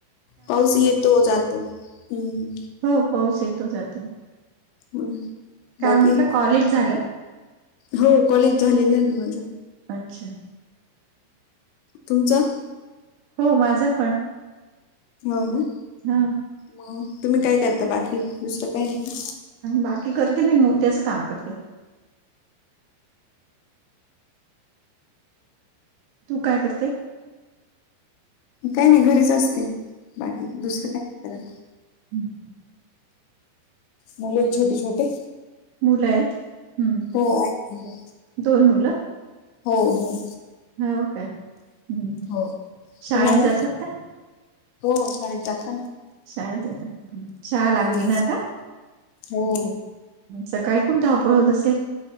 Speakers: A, on the left; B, on the right.
A: पाऊस येतो जातो हम्म
B: हो पाऊस येतो जातो
A: हो ना
B: काय
A: बाकी
B: म्हटलं कॉलेज झा
A: हो कॉलेज झालेलं आहे ना माझं.
B: अच्छा!
A: तुमचं
B: हो माझं पण
A: हो ना
B: हा
A: म तुम्ही काय करता बाकी दुसरं काय नाही.
B: बाकी करते मी मोत्याचं काम कर तू काय कर
A: काही नाही घरीच असते बाकी दुसरं काय नाही करत
B: हम
A: मुले आहेत छोटे छोटे?
B: मुलं आहेत हम्म
A: हो आहेत मुलं
B: दोन मुलं
A: हो दोन
B: हो का हम्म.
A: हो,
B: शाळेत
A: तुम्हाला?
B: जातात का
A: हो शाळेत जात
B: शाळेत जातात शाळा लागली
A: हम्म.
B: ना आता
A: हो
B: सकाळी पण धावपळ होत असेल,